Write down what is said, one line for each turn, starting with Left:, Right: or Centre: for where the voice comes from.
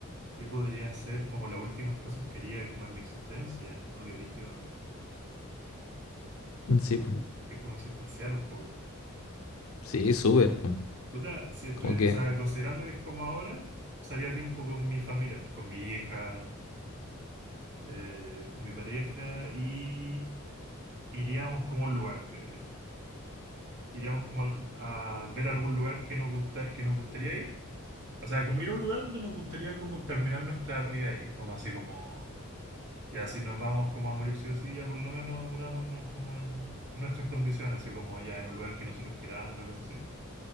Right: ¿qué podría ser como las últimas cosas que haría como en mi existencia? O qué brígido.
Left: Sí, po.
Right: Es como existencial un poco.
Left: sí, súper. po.
Right: Puta, si estuvi-
Left: Como que,
Right: o sea, considerando que es como ahora, pasaría tiempo con mi familia, pues, con mi hija, eh, con mi pareja y iríamos como a un lugar, creo yo. Iríamos como al- a ver algún lugar que nos gusta, que nos gustaría ir. O sea, como ir a un lugar donde nos gustaría como terminar nuestra vida ahí, como así como, ya si nos vamos como a morir sí o sí, ya por lo menos murámonos como en nuestras condiciones, así como ya en un lugar que nosotros queramos, una cosa así.